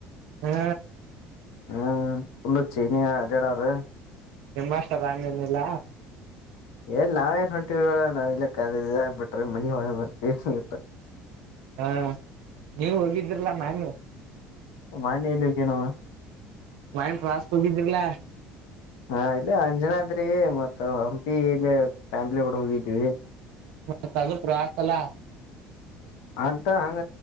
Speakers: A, on the right; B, on the left.
A: ಹಾ
B: ಹ್ಮ್ ಪುಲ್ಲುಚ್ಚಿ ನೀ ಎೇಡಾವರು
A: ನಿಮ್ಮ ಅಷ್ಟ ಬಾಮೇನಿಲ್ಲ
B: ಏಲ್ ನಾವೇ ಂಟಿ ನಾವ್ ಇಲ್ಲ ಕ ಬಿಟ್ರಿ ಮನಿ ಒಳ ಬರ್ತೀವಿ
A: ಹಾ ನೀವ ಹೋಗಿದ್ರಲ್ಲ ನಾನು
B: ಮಾನ್ಯ ಇಲ್ಲಿಕ್ಕೆನವ
A: ಮೈನ್ ಫ್ರಾಸ್ಕ್ ಹೋಗಿದ್ರಲಾ
B: ಹಾ ಇಲ್ಲ ಅಂಜನ ಅದ್ರೆ ಮತ್ತ ಹಂಪಿ ಇಲ್ಲಿ ಫ್ಯಾಮಿಲಿ ಡ ಹೋಗಿದೀವಿ
A: ಮತ್ತದು ಪ್ರಾಸಲ್ಲಾ
B: ಅಟ ಹಂಗ